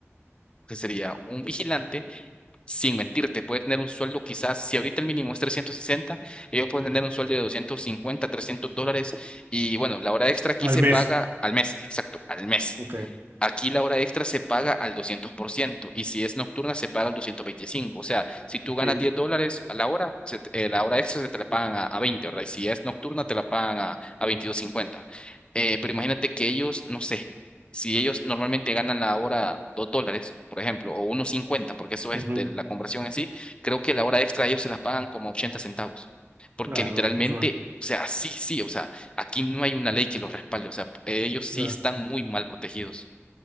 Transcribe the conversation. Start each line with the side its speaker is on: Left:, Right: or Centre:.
Left: ¿qué sería? Un vigilante. Sin mentirte, puede tener un sueldo quizás, si ahorita el mínimo es trescientos sesenta ellos pueden tener un sueldo de doscientos cincuenta trescientos dólares y bueno, la hora extra aquí
Right: Al
Left: se
Right: mes.
Left: paga al mes, exacto, al mes.
Right: Ok,
Left: Aquí la hora extra se paga al 200% y si es nocturna se paga al 225. O sea, si tú
Right: ok.
Left: ganas 10 dólares a la hora, se te- eh, la hora extra se te la pagan a, a 20, ¿verdad? Y si es nocturna te la pagan a, a veintidós cincuenta. Eh, pero imagínate que ellos, no sé, si ellos normalmente ganan la hora 2 dólares, por ejemplo, o uno cincuenta, porque eso es
Right: ujú.
Left: de la conversión en sí, creo que la hora extra ellos se la pagan como 80 centavos. Porque
Right: Ah,
Left: literalmente,
Right: no, pues mal.
Left: o sea, sí, sí, o sea, aquí no hay una ley que los respalde, o sea, ellos sí
Right: Ya,
Left: están muy mal protegidos.